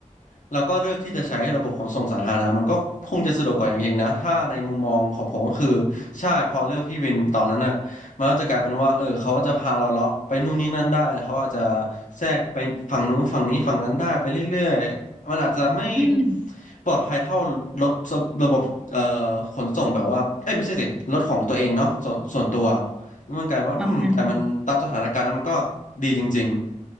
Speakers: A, on the left (about 70°); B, in the centre.
A: แล้วก็เลือกที่จะใช้ระบบขนส่งสาธารณะมันก็คงจะสะดวกกว่าอย่างยิ่งนะถ้าในมุมมองของผมก็คือใช่พอเลือกพี่วินตอนนั้นอ่ะมันก็จะกลายเป็นว่าเออเขาจะพาเราเลาะไปนู่นนี่นั่นได้เขาอาจจะแทรกไปฝั่งนู้นฝั่งนี้ฝั่งนั้นได้ไปเรื่อยๆมันอาจจะไม่
B: อืม
A: ปลอดภัยเท่ารถระบบเอ่อขนส่งแบบว่าเอ้ยไม่ใช่สิรถของตัวเองเนาะส่วนส่วนตัวแล้วมันกลายเป็นว่าอืมแต่มันตามสถานการณ์นั้นมันก็ดีจริง
B: ประมาณนั้น